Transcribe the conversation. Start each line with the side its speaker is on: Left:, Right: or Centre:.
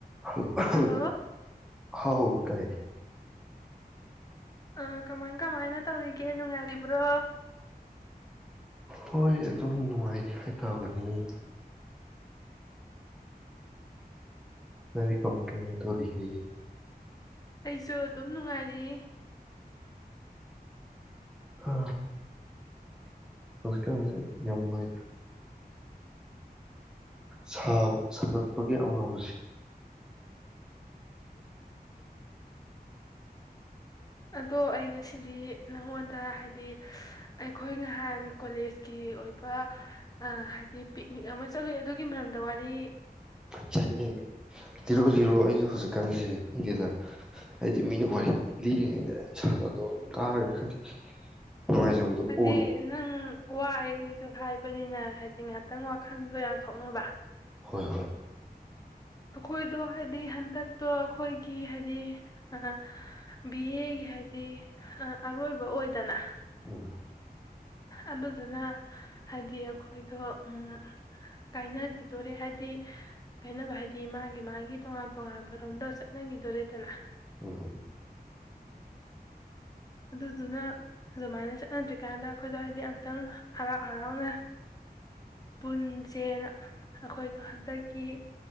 Centre: ꯍ ꯑꯍꯝ
Left: ꯍꯜꯂꯣ
Centre: ꯍꯥꯎ ꯇꯥꯏ
Left: ꯑ ꯀꯃꯥꯏ ꯀꯃꯥꯏꯅ ꯇꯧꯔꯤꯒꯦ ꯅꯨꯡꯉꯥꯏꯔꯤꯕ꯭ꯔꯣ
Centre: ꯍꯣꯏ ꯑꯗꯨꯝ ꯅꯨꯡꯉꯥꯏꯔꯤ ꯍꯥꯏꯇꯥꯕꯅꯤ ꯅꯪꯗꯤ ꯀꯃꯥꯏ ꯀꯃꯥꯏ ꯇꯧꯔꯤ ꯒꯦ
Left: ꯑꯩꯖꯨ ꯑꯗꯨꯝ ꯅꯨꯡꯉꯥꯏꯔꯤ
Centre: ꯍ ꯍꯧꯖꯤꯛꯀꯟꯖꯦ ꯌꯥꯝ ꯋꯥꯏꯗ ꯁꯥꯕ ꯁꯥꯒꯠꯄꯒꯤ ꯑꯋꯥꯕꯁꯤ
Left: ꯑꯗꯣ ꯑꯩ ꯉꯁꯤꯗꯤ ꯅꯉꯣꯟꯗ ꯍꯥꯏꯗꯤ ꯑꯩꯈꯣꯏ ꯉꯥꯍꯥꯟ ꯀꯣꯂꯦꯖꯀꯤ ꯑꯣꯏꯕ ꯑ ꯍ ꯄꯤ ꯄꯤꯛꯅꯤꯛ ꯑꯃ ꯆꯠꯂꯨꯏ ꯑꯗꯨꯒꯤ ꯃꯔꯝ ꯗꯋꯥꯔꯤ
Centre: ꯆꯠꯅꯦ ꯂꯤꯔꯣ ꯂꯤꯔꯣ ꯑꯩꯖꯨ ꯍꯧꯖꯤꯛꯀꯥꯟꯖꯦ ꯈꯪꯗꯦꯗ ꯑꯩꯗꯤ ꯃꯤꯅ ꯋꯥꯔꯤꯉꯩꯗ ꯁꯥ ꯗꯨꯝ ꯇꯥꯔꯒ ꯈꯪꯗꯦ ꯅꯨꯡꯉꯥꯏꯖꯕꯗꯣ
Left: ꯍꯥꯏꯗꯤ
Centre: ꯑꯣꯏ
Left: ꯅꯪ ꯋꯥꯏꯖꯨ ꯍꯥꯏꯕꯅꯤꯅ ꯍꯥꯏꯗꯤ ꯉꯥꯏꯍꯥꯛꯇꯪ ꯋꯥꯈꯜꯗꯣ ꯌꯥꯡꯊꯣꯛꯅꯕ
Centre: ꯍꯣꯏ ꯍꯣꯏ
Left: ꯈꯣꯏꯗꯣ ꯍꯥꯏꯗꯤ ꯍꯟ ꯗꯛꯇꯣ ꯑꯈꯣꯏꯒꯤ ꯍꯥꯏꯗꯤ ꯑ ꯕꯤ ꯑꯦꯒꯤ ꯍꯥꯏꯗꯤ ꯑ ꯑꯔꯣꯏꯕ ꯑꯣꯏꯗꯅ
Centre: ꯎꯝ
Left: ꯑꯗꯨꯗꯨꯅ ꯍꯥꯏꯗꯤ ꯑꯈꯣꯏꯗꯣ ꯎꯝ ꯀꯥꯏꯅꯒꯤꯗꯣꯔꯦ ꯍꯥꯏꯗꯤ ꯀꯥꯏꯅꯕ ꯍꯥꯏ ꯒꯤ ꯃꯥꯒꯤ ꯃꯥꯒꯤ ꯇꯣꯉꯟ ꯇꯣꯍꯝꯕ ꯔꯣꯝꯗ ꯆꯠꯅꯒꯤꯗꯣꯔꯦ ꯗꯅ
Centre: ꯎꯝ
Left: ꯑꯗꯨꯗꯨꯅ ꯑꯗꯨꯃꯥꯏꯅ ꯆꯠꯅꯗ꯭ꯔꯤ ꯀꯥꯟꯗ ꯈꯣꯏꯗꯣ ꯍꯥꯏꯗꯤ ꯃꯝꯇꯪ ꯍꯔꯥꯎ ꯍꯔꯧꯅ ꯄꯨꯟꯁꯦꯅ ꯑꯈꯣꯏꯗꯣ ꯍꯟꯇꯛ ꯀꯤ